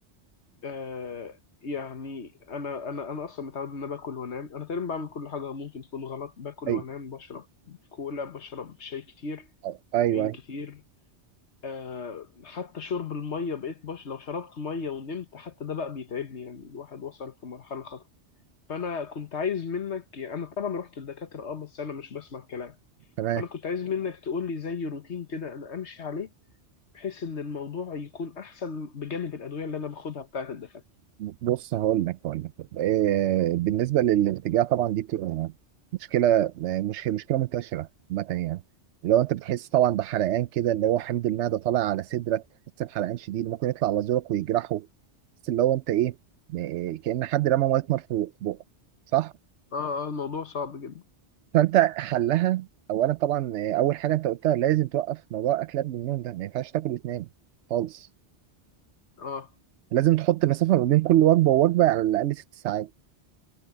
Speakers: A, on the left (about 70°); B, on the right (about 80°).
A: آه يعني أنا أنا أنا أصلا متعود إن أنا باكل وأنام أنا تقريبا بعمل كل حاجة ممكن تكون غلط باكل
B: ايوه
A: وأنام بشرب كولا بشرب شاي كتير
B: ايوه أيوه.
A: كافيين كتير آه حتى شرب المية بقيت بش لو شربت مية ونمت حتى ده بقى بيتعبني يعني الواحد وصل في مرحلة خطر فأنا كنت عايز منك يعني أنا طبعا رحت للدكاترة أه بس أنا مش بسمع الكلام
B: تمام
A: فانا كنت عايز منك تقول لي زي روتين كده انا امشي عليه بحيث ان الموضوع يكون احسن بجانب الادويه اللي انا باخدها بتاعه الدكاتره
B: بص هقول لك هقول لك آه، بالنسبه للارتجاع طبعا دي بتبقى مشكله آه، مش مشكله منتشره عامه يعني لو انت بتحس طبعا بحرقان كده اللي هو حمض المعده طالع على صدرك بتحس بحرقان شديد ممكن يطلع على زورك ويجرحه بس اللي هو انت ايه آه، كأن حد رمى ميه نار في بقك صح
A: اه اه الموضوع صعب جدا
B: فانت حلها اولا طبعا آه، اول حاجه انت قلتها لازم توقف موضوع اكلات بالنوم ده ما ينفعش تاكل وتنام خالص
A: اه
B: لازم تحط مسافه ما بين كل وجبه ووجبه على الاقل ست ساعات